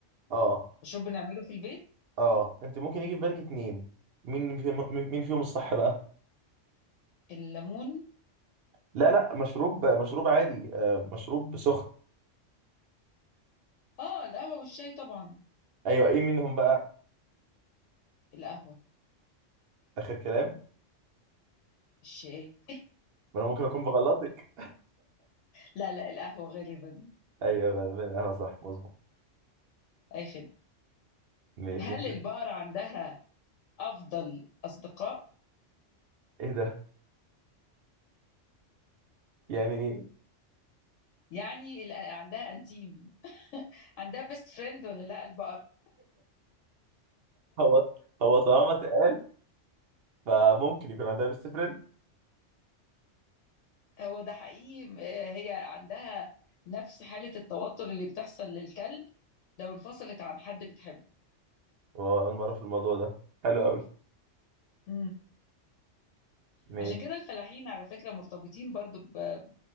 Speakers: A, on the right; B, on the left.
A: اه
B: مشروب بنعمله في البيت
A: اه انت ممكن يجي في بالك اتنين مين فيهم مين فيهم الصح بقى
B: الليمون
A: لا لا مشروب مشروب عادي آه مشروب سخن
B: اه القهوة والشاي طبعا
A: ايوه ايه منهم بقى
B: القهوة
A: اخر كلام
B: الشاي
A: ما انا ممكن اكون بغلطك
B: لا لا القهوة غالبا
A: ايوه غالبا القهوه صح مظبوط
B: اي خدمة
A: ماشي
B: هل البقرة عندها افضل اصدقاء
A: ايه ده يعني ايه
B: يعني ال- عندها انتيم عندها بيست فريند ولا لا البقرة
A: هو هو طالما اتقال فممكن يكون عندها بيست فريند
B: هو ده حقيقي آه، هي عندها نفس حالة التوتر اللي بتحصل للكلب لو انفصلت عن حد بتحبه
A: هو اول مره في الموضوع ده حلو قوي
B: مم.
A: ماشي
B: عشان كده الفلاحين على فكرة مرتبطين برضو ب-